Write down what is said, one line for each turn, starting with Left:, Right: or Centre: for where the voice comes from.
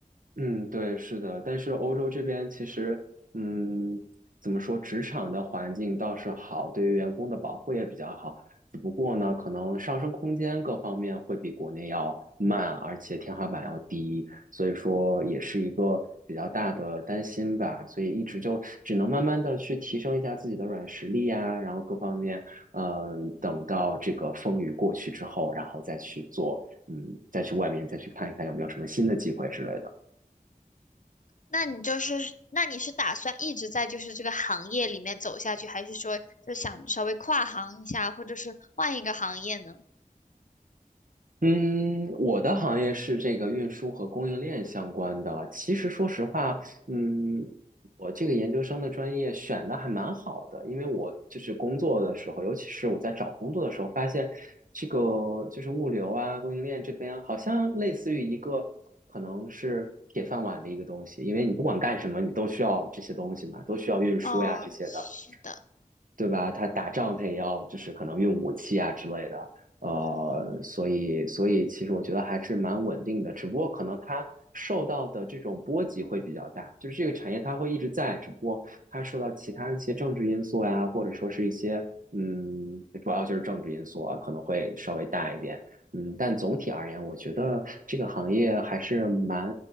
Right: 嗯，对，是的，但是欧洲这边其实，嗯，怎么说，职场的环境倒是好，对于员工的保护也比较好，只不过呢，可能上升空间各方面会比国内要慢，而且天花板要低，所以说也是一个比较大的担心吧，所以一直就只能慢慢的去提升一下自己的软实力呀，然后各方面，呃，等到这个风雨过去之后，然后再去做，嗯，再去外面再去看一看有没有什么新的机会之类的。
Left: 那你就是，那你是打算一直在就是这个行业里面走下去，还是说就想稍微跨行一下，或者是换一个行业呢？
Right: 嗯，我的行业是这个运输和供应链相关的。其实说实话，嗯，我这个研究生的专业选的还蛮好的，因为我就是工作的时候，尤其是我在找工作的时候，发现这个就是物流啊、供应链这边好像类似于一个可能是铁饭碗的一个东西，因为你不管干什么，你都需要这些东西嘛，都需要运输呀这些的。
Left: 哦，是的，
Right: 对吧？他打仗他也要就是可能用武器啊之类的，呃，
Left: 嗯，
Right: 所以所以其实我觉得还是蛮稳定的，只不过可能它受到的这种波及会比较大，就是这个产业它会一直在，只不过它受到其他一些政治因素呀，或者说是一些嗯，主要就是政治因素啊，可能会稍微大一点，嗯，但总体而言，我觉得这个行业还是蛮